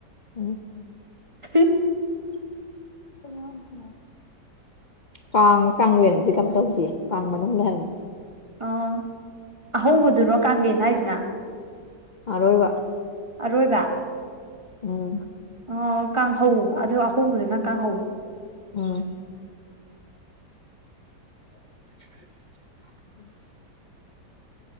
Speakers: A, on the left; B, on the right.
A: ꯎꯝ
B: <unintelligible>
A: <unintelligible> ꯀꯥꯡ ꯀꯥꯡꯂꯦꯟꯗꯤ ꯀꯝ ꯇꯧꯗꯦ ꯀꯥꯡ ꯃꯅꯨꯡꯗ ꯍꯥꯏꯕꯅꯤ
B: ꯑ ꯑꯍꯧꯕꯗꯨꯔꯣ ꯀꯥꯡꯂꯦꯟ ꯍꯥꯏꯁꯤꯅ
A: ꯑꯔꯣꯏꯕ
B: ꯑꯔꯣꯏꯕ
A: ꯎꯝ
B: ꯑ ꯀꯥꯡꯍꯧ ꯑꯗꯨ ꯑꯍꯧꯕꯗꯨꯅ ꯀꯥꯡꯍꯧ
A: ꯎꯝ <inaudible>